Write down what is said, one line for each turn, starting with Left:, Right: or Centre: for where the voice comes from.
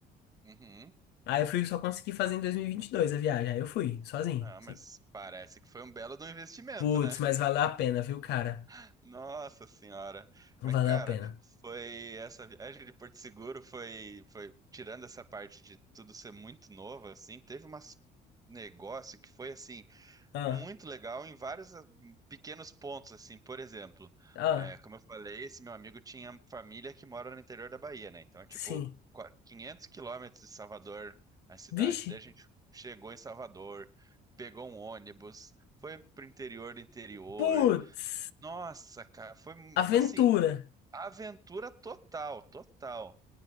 Right: uhum.
Left: Aí eu fui, só consegui fazer em 2022 a viagem. Aí eu fui, sozinho,
Right: Ah,
Left: sim.
Right: mas parece que foi um belo do investimento,
Left: Putz,
Right: né?
Left: mas valeu a pena, viu, cara?
Right: <laughs> Nossa senhora. Mas,
Left: Valeu
Right: cara,
Left: a pena.
Right: foi essa viagem de Porto Seguro foi, foi tirando essa parte de tudo ser muito novo, assim, teve umas negócio que foi assim,
Left: Ah,
Right: Muito legal em vários ah, pequenos pontos, assim, por exemplo,
Left: ah,
Right: é, como eu falei, esse meu amigo tinha família que mora no interior da Bahia, né? Então é tipo
Left: sim.
Right: qua- 500 quilômetros de Salvador, a cidade.
Left: Vixe,
Right: Daí a gente chegou em Salvador, pegou um ônibus, foi pro interior do interior.
Left: putz,
Right: Nossa, cara, foi
Left: aventura.
Right: assim, aventura total, total.